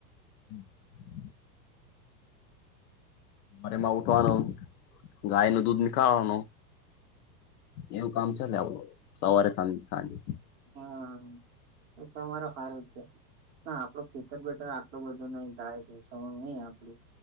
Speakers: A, on the left (about 65°); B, on the right (about 25°).
A: હમ. રેમાં ઉઠવાનો ગાય ન દૂધ નીકાળવાનો. એવું કામ ચાલે આપડ સવારે સા સાંજે.
B: હા એ તમારો હાર જ છે. ના આપડું ખેતર બેટર આટલો બધો નહી થાય ઘ નહી આપડી.